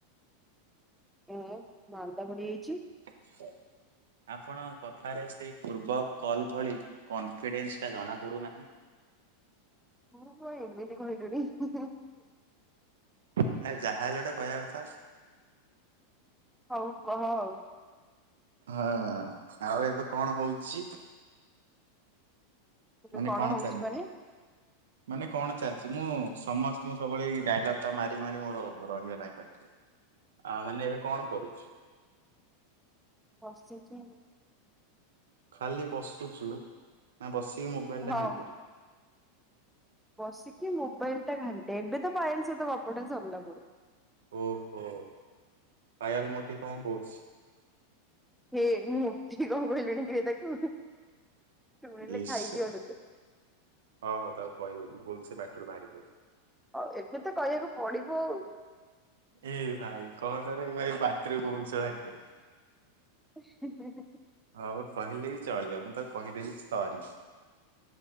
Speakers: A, in the centre; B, on the right (about 80°).
A: ଏଁ -ମାନ୍ଦା ପଡିଯାଇଚି।
B: ଆଛ ଆପଣଙ୍କ କଥାରେ ସେଇ ପୂର୍ବ କଲ୍ ଭଳି କନଫିଡେନ୍ସ୍ ଟା ଜଣା ପଡୁନାହିଁ।
A: ମୋର କଣ ଏମିତି କହିଲୁଣି- ହିଁ -ହିଁ।
B: ଆରେ ଯାହା ହେଲେ ଗୋଟେ କହିବା କଥା।
A: ହଉ କହ ଆଉ।
B: ହଁ -ଆଉ ଏବେ କଣ ହଉଚି?
A: ଏବେ
B: ମାନେ କଣ
A: ହଉଛି
B: ଚାଲିଚି?
A: ମାନେ
B: ମାନେ କଣ ଚାଲିଚି ମୁଁ ସମସ୍ତଙ୍କୁ ସବୁବେଳେ ଏଇ ଡାଇଲଗ୍ ଟା ମାରି ମାରି ମୋର ରହି ଗଲାଣି ପାଟି ଆ -ମାନେ ଏବେ କଣ୍ କରୁଚୁ?
A: ବସିଚି।
B: ଖାଲି ବସୁଚୁ ନା ବସିକି ମୋବାଇଲ୍
A: ହଁ
B: ଟା ଘାଣ୍ଟୁଚୁ।
A: ବସିକି ମୋବାଇଲ୍ ଟା ଘାଣ୍ଟେ ଏବେ ତ ପାୟଲ୍ ସହିତ ଗପଟା ସରିଲା ମୋର।
B: ଓହୋ ପାାୟଲ୍ ମୋଟି କଣ୍ କହୁଚି?
A: ହେ- ମୋଟି କଣ୍ କହିଲୁଣି କିରେ ତାକୁ। ଶୁଣିଲେ
B: ଇଏ
A: ଖାଇଦିଅ
B: ଶ- ହଁ-
A: ତତେ
B: ହଁ ତାକୁ କହିବୁନି ଭୁଲ୍ ସେ ପାଟିରୁୁ ବାହାରି ପଡିଲା।
A: ଆଉ ଏବେ ତ କହିବାକୁ ପଡିବ ଆଉ।
B: ଏଇ ଭାଇ କହନାରେ ଭାଇ ବାଟରେ। <unintelligible>
A: ହେଁ- ହେଁ।
B: ହଉ କହିଲେ ଚଳିବ ମୁଁ ତାକୁ କହିଦେବି ସରି।